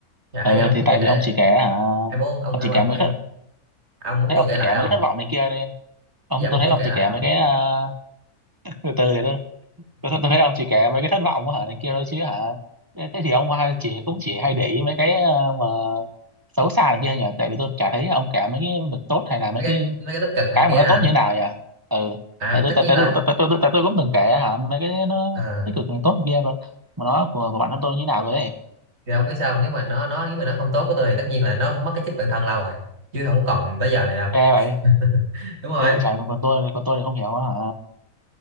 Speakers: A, on the right; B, on the right.
A: dạ hay
B: ừ
A: giờ ông
B: thì
A: muốn
B: tại
A: tôi kể
B: vì ông chỉ kể hả
A: hay muốn ông ông
B: ông
A: hay
B: chỉ kể
A: ông
B: mấy
A: ông
B: cái thất-
A: ông muốn
B: thấy
A: tôi
B: ông
A: kể
B: chỉ
A: lại
B: kể mấy
A: không
B: cái thất vọng này kia đi ông
A: bây giờ ông
B: tôi
A: muốn
B: thấy
A: tôi
B: ông
A: kể
B: chỉ
A: lại
B: kể
A: không
B: mấy cái à, từ từ để tôi, tôi tôi thấy ông chỉ kể mấy cái thất vọng hả này kia thôi chứ hả thế thế thì ông hay- chỉ cũng chỉ hay để ý mấy cái à, mà xấu xa này kia nhỉ tại vì tôi chả thấy ông kể mấy cái việc tốt hay là mấy
A: mấy cái
B: cái
A: mấy cái tích cực này
B: cái
A: kia
B: mà nó
A: hả
B: tốt như thế nào nhỉ ừ
A: à
B: tại tôi
A: tất
B: tại
A: nhiên
B: tại
A: rồi
B: tôi tại tại tôi tại tôi cũng từng kể hả mấy cái nó
A: Ờ
B: tích cực này tốt này kia còn mà nó của của bản thân tôi như thế nào rồi ấy
A: thì không biết sao nếu mà nó nó nếu mà nó không tốt với tôi thì tất nhiên là nó mất cái chất bản thân lâu rồi chứ không còn tới giờ này đâu
B: ghê vậy
A: <laughs> đúng rồi
B: ghê vậy trời còn còn tôi còn tôi thì không hiểu á hả